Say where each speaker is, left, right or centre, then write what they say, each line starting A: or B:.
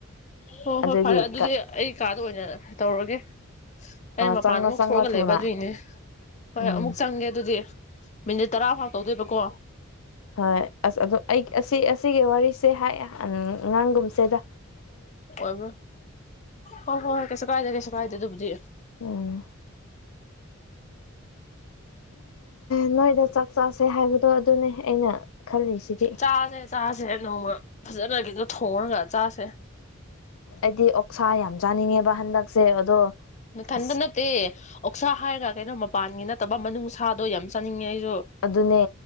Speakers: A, on the left; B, on the left.
A: ꯍꯣ
B: ꯑꯗꯨꯒꯤ
A: ꯍꯣꯏ ꯐꯔꯦ ꯑꯗꯨꯗꯤ ꯑꯩ ꯀꯥ ꯑꯗꯨ ꯑꯣꯏꯅ ꯇꯧꯔꯒꯦ ꯑꯩ ꯃꯄꯥꯟ
B: ꯆꯪꯉꯣ
A: ꯑꯃꯨꯛ
B: ꯆꯪꯉꯣ
A: ꯊꯣꯛꯑꯒ
B: ꯊꯨꯅ
A: ꯂꯩꯕ ꯑꯗꯨꯏꯅꯦ ꯍꯣꯏ
B: ꯎꯝ
A: ꯑꯃꯨꯛ ꯆꯪꯒꯦ ꯑꯗꯨꯗꯤ ꯃꯤꯅꯤꯠ ꯇꯔꯥ ꯐꯥꯎ ꯇꯧꯗꯣꯏꯕꯀꯣ
B: ꯍꯥ ꯑ ꯑꯗꯨ ꯑꯩ ꯑꯁꯤ ꯁꯤꯒꯤ ꯋꯥꯔꯤꯁꯦ ꯍꯥꯏꯑꯦ ꯑꯉꯥꯡꯒꯨꯝꯕꯁꯤꯗ
A: ꯑꯣꯏꯕꯨ ꯍ ꯍꯣꯏ ꯍꯣꯏ ꯀꯩꯁꯨ ꯀꯥꯏꯖꯦ ꯀꯩꯁ ꯁ꯭ꯋꯥꯏꯗ ꯑꯗꯨꯕꯨꯗꯤ
B: ꯑꯣꯝ ꯅꯣꯏꯗ ꯆꯥꯛ ꯆꯥꯁꯦ ꯍꯥꯏꯕꯗꯣ ꯑꯗꯨꯅꯦ ꯑꯩꯅ ꯈꯜꯂꯤꯁꯤꯗꯤ
A: ꯆꯥꯁꯦ ꯆꯥꯁꯦ ꯅꯣꯡꯃ ꯐꯖꯅ ꯈꯤꯇ ꯊꯣꯡꯉꯒ ꯆꯥꯁꯦ
B: ꯑꯩꯗꯤ ꯑꯣꯛꯁꯥ ꯌꯥꯝ ꯆꯥꯅꯤꯡꯉꯦꯕ ꯍꯟꯗꯛꯁꯦ ꯑꯗꯣ
A: ꯅꯊꯟꯗ
B: ꯑꯁ
A: ꯅꯠꯇꯦ ꯑꯣꯛꯁꯥ ꯍꯥꯏꯔꯒ ꯀꯩꯅꯣ ꯃꯄꯥꯟꯒꯤ ꯅꯠꯇꯕ ꯃꯅꯨꯡꯁꯥꯗꯣ ꯌꯥꯝ ꯆꯥꯅꯤꯡꯉꯦ ꯑꯩꯁꯨ
B: ꯑꯗꯨꯅꯦ